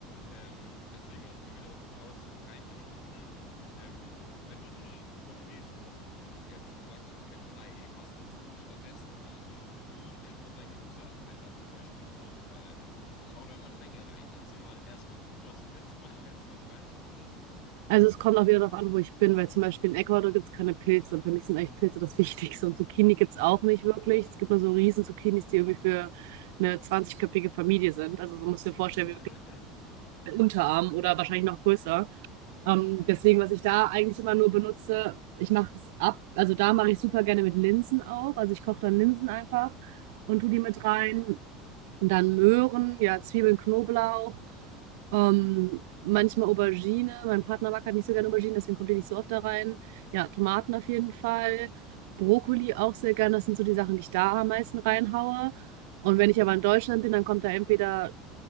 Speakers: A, on the left; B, on the right.
A: Ähm, deswegen, also bei mir dauert es so drei, vier Stunden. Ähm, wenn du so eine Bolognese kochen würdest jetzt, du sagst, du isst kein Fleisch, was nimmst du stattdessen? Also, wie schaut dein Gemüseanteil da zum Beispiel aus? Weil ich hau da immer eine Menge rein. Erzähl mal erstmal du, was du jetzt zum Beispiel jetzt da so reinmachen würdest.
B: Also es kommt auch wieder darauf an, wo ich bin, weil zum Beispiel in Ecuador gibt es keine Pilze und für mich sind eigentlich Pilze das <laughs> Wichtigste. Und Zucchini gibt es auch nicht wirklich. Es gibt nur so riesen Zucchinis, die irgendwie für eine 20-köpfige Familie sind. Also so musst du dir vorstellen,
A: <laughs>
B: wie wirklich ein Unterarm oder wahrscheinlich noch größer. Ähm, deswegen, was ich da eigentlich immer nur benutze, ich mache es ab, also da mache ich super gerne mit Linsen auch. Also ich koche dann Linsen einfach und tue die mit rein. Und dann Möhren, ja, Zwiebeln, Knoblauch, ähm, manchmal Aubergine. Mein Partner mag halt nicht so gerne Aubergine, deswegen kommt die nicht so oft da rein. Ja, Tomaten auf jeden Fall. Brokkoli auch sehr gerne. Das sind so die Sachen, die ich da am meisten reinhaue. Und wenn ich aber in Deutschland bin, dann kommt da entweder